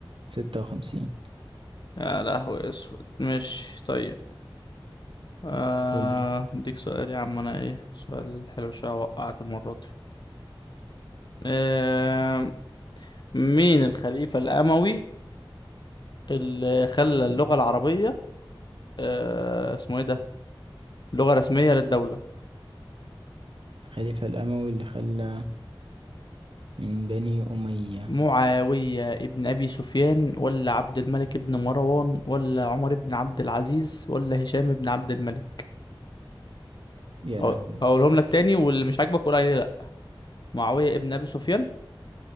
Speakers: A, on the right; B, on the left.
A: ستة وخمسين
B: يا لهوي اسود مش طيب آه،
A: قولي
B: اديك سؤال يا عم انا ايه سؤال حلو شويه اوقعك المره دي آه، مين الخليفه الاموي اللي خلى
A: مم.
B: اللغه العربيه آه، اسمه ايه ده لغه رسميه للدوله
A: الخليفة الأموي اللي خلى من بني أمية
B: معاويه ابن ابي سفيان ولا عبد الملك ابن مروان ولا عمر ابن عبد العزيز ولا هشام ابن عبد الملك
A: يا
B: أقول-
A: لهوي
B: اقولهم لك تاني واللي مش عاجبك قول عليه لا معاوية ابن ابي سفيان